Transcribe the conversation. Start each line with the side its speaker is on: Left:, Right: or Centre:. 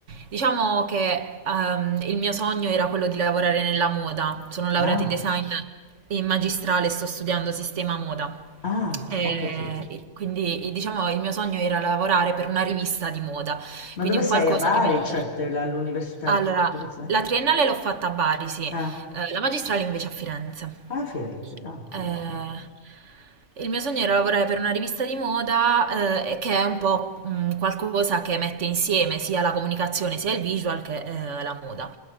Right: diciamo che ehm, il mio sogno era quello di lavorare nella moda. Sono laureata
Left: Ah,
Right: in design in magistrale, e sto studiando sistema moda.
Left: ah,
Right: E-
Left: ho capito.
Right: e quindi, diciamo, il mio sogno era lavorare per una rivista di moda,
Left: Ma
Right: quindi
Left: dove
Right: un
Left: sei?
Right: qualcosa
Left: A Bari,
Right: che mette...
Left: cioè te- la- all'università?
Right: Allora,
Left: Dove sei?
Right: la triennale l'ho fatta a Bari, sì,
Left: Ah,
Right: Eh, la magistrale invece a Firenze.
Left: ah, a Firenze. Ah, ok,
Right: Eh,
Left: ok.
Right: il mio sogno era lavorare per una rivista di moda, eh, che è un po' mh, qualcosa che mette insieme sia la comunicazione, sia il visual che eh, la moda.